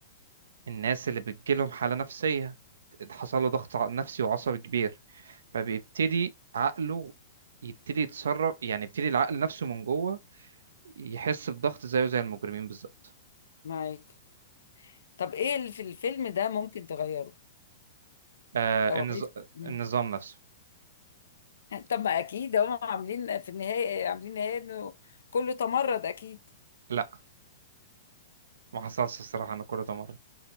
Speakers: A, on the right; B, on the left.
A: الناس اللي بتجيلهم حاله نفسيه حصل له ضغط ع- نفسي وعصبي كبير فبيبتدي عقله يبتدي يتصرف يعني يبتدي العقل نفسه من جوه يحس بضغط زيه زي المجرمين بالظبط
B: معاك طب ايه اللي في الفيلم ده ممكن تغيره
A: آه
B: او
A: النظ...
B: عايز مم.
A: النظام نفسه
B: طب ما اكيد هم عاملين في النهايه عاملين نهايه انه كله تمرد اكيد
A: لا ما حصلش الصراحه انا كله ده مرة